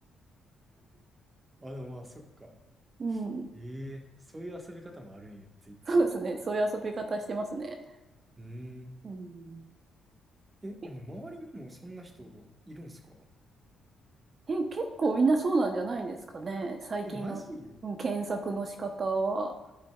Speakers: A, on the right; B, on the right.
A: あ、でもまあ、そっか。
B: うん。
A: ええそういう遊び方もあるんや、ツイッター。
B: そうですね。そういう遊び方してますね。
A: うーん。
B: うん。
A: え、でも周りにもそんな人いるんすか
B: え、え結構みんなそうなんじゃないんですかね。最近の、
A: え、マジで
B: うん、検索の仕方は。